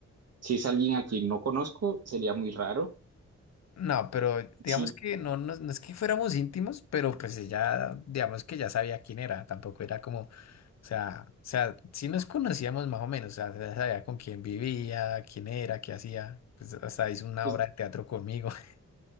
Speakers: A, on the right; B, on the left.
A: Si es alguien a quien no conozco, sería muy raro.
B: no, pero eh, digamos
A: Sí,
B: que no, no, no es que fuéramos íntimos, pero pues ella, digamos que ya sabía quién era, tampoco era como, o sea, o sea, sí nos conocíamos más o menos, o sea, ya sabía con quién vivía, quién era, qué hacía, pues hasta hizo una
A: pues,
B: obra de teatro conmigo. <laughs>